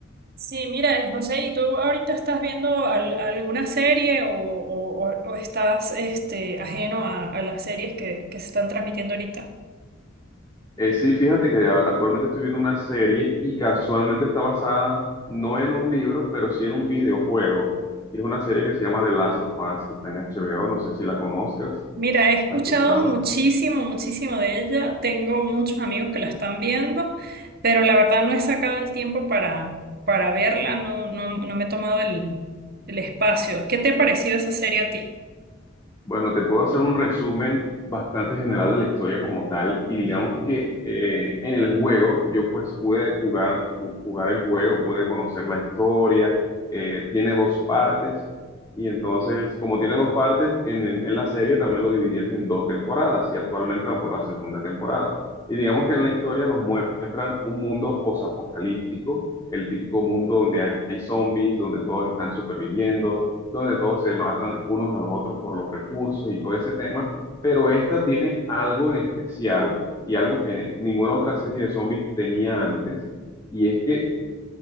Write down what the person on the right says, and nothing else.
Sí, mira, y José, ¿y tú ahorita estás viendo al- alguna serie o, o- o- o estás este, ajeno a, a las series que, que se están transmitiendo ahorita?
Mira, he escuchado
muchísimo, muchísimo de ella. Tengo muchos amigos que la están viendo, pero la verdad no he sacado el tiempo para, para verla, no, no, no me he tomado el, el espacio. ¿Qué te ha parecido esa serie a ti?